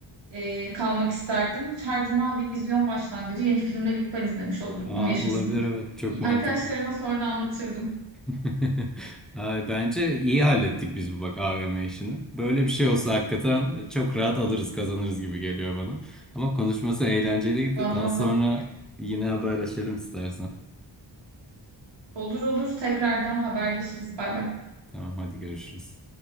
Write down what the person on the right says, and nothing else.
e, kalmak isterdim. Her cuma vizyon başlangıcı yeni filmleri ilk ben izlemiş olurdum
yaşasın.
Arkadaşlarıma sonra anlatırdım.
Bana
da.
Olur olur tekrardan haberleşiriz. Bay bay.